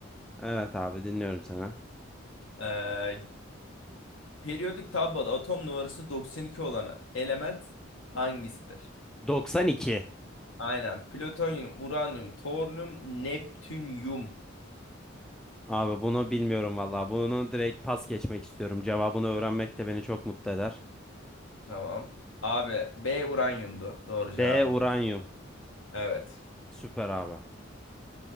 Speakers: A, in the centre; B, on the left (about 80°).
A: Evet abi dinliyorum seni.
B: Ee, periyodik tabloda atom numarası 92 olan element hangisidir?
A: doksan iki.
B: Aynen. Plütonyum, uranyum, toryum, neptünyum.
A: Abi bunu bilmiyorum vallahi. Bunu direkt pas geçmek istiyorum. Cevabını öğrenmek de beni çok mutlu eder.
B: Tamam. Abi B uranyumdu. Doğru
A: B
B: cevabım
A: uranyum.
B: bunu. Evet.
A: Süper abi.